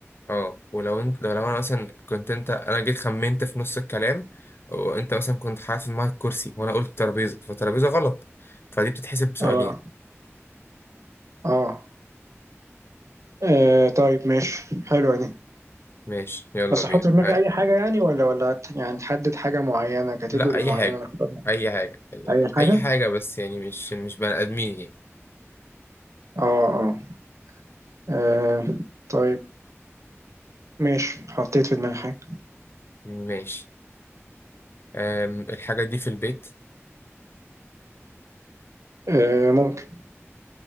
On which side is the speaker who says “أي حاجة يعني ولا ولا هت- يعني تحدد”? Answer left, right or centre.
Right